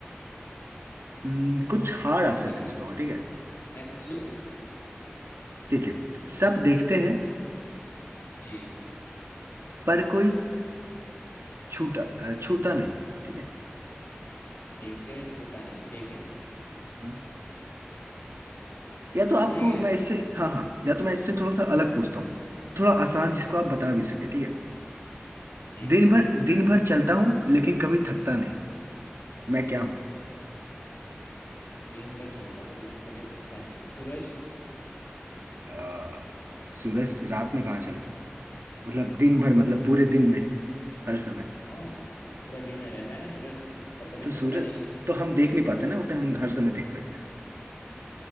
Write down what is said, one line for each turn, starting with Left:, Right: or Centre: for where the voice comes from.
Right: हम्म, कुछ हार्ड आपसे
Left: या फिर
Right: पूछता हूँ ठीक है
Left: मैं पूछ लूँ
Right: ठीक है सब देखते हैं
Left: जी
Right: पर कोई छूटा अ, छूता नहीं ठीक है
Left: देखते हैं छूता नहीं ठीक है
Right: हम्म, या तो आपको
Left: इतना ही है
Right: मैं इससे हाँ हाँ या तो मैं इससे थोड़ा सा अलग पूछता हूँ थोड़ा आसान जिसको
Left: और
Right: आप बता भी सके ठीक है
Left: जी
Right: दिन भर दिन भर चलता हूँ लेकिन कभी थकता नहीं मैं क्या हूँ
Left: दिन भर चलता है वो लेकिन कभी थकता नहीं सूरज
Right: अ, सूरज रात में कहाँ चलता है मतलब दिन भर मतलब पूरे दिन में हर समय
Left: हाँ पूरा दिन
Right: हाँ,
Left: रहता है ना सूरज और कभी
Right: तो
Left: थकता
Right: सूरज
Left: नहीं
Right: तो हम देख नहीं पाते ना उसे हम हर समय देख सकते हैं